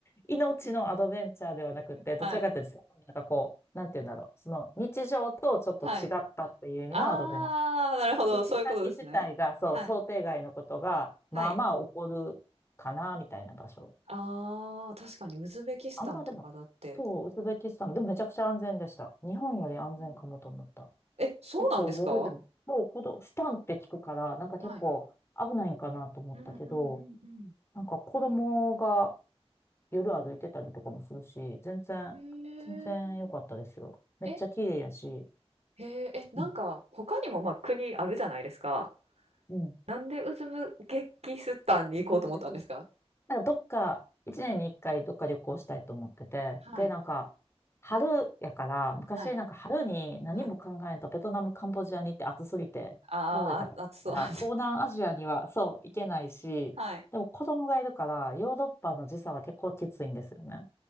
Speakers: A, on the left; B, on the right.
A: 命のアドベンチャーではなくて、
B: か？はい、
A: どちらかというと、なんかこう、なんて言うんだろう。その日常とちょっと違ったっていう意味のアドベンチャー。
B: はい。ああ、なるほど、
A: リッチ先自体が、
B: そういうことですね。
A: そう、
B: はい、
A: 想定外のことが、まあまあ起こるかな、
B: はい。
A: みたいな場所。
B: ああ、確かにウズベキスタンとかだって。
A: あんまでも、そう、ウズベキスタン、でもめちゃくちゃ安全でした。日本より安全かもと思った。
B: えー。え、そうなんですか？
A: 結構夜でも、そう、このスタンって聞くから、なんか結構危ないんかなと思ったけど、
B: はい。うんうんうん
A: なんか子供が夜歩いてたりとかもするし、全然、
B: うん。へ
A: 全然良かったですよ。めっちゃ綺麗やし。
B: え。え、へえ、え、なんか他にも、
A: うん。
B: ま、あ国あるじゃないですか。
A: うん
B: なんでウズブゲキスタンに行こうと思ったんですか？
A: そうです。なんかどっか、一年に一回どっか旅行したいと思ってて、
B: はい、
A: で、なんか、春やから、昔なんか春に何も考えんとベトナム、
B: はい、はい。
A: カンボジアに行って暑すぎて倒れたから、
B: ああ、暑そう。<laughs>
A: 東南アジアにはそう、行けないし、
B: はい。
A: でも子供がいるから、ヨーロッパの時差は結構きついんですよね。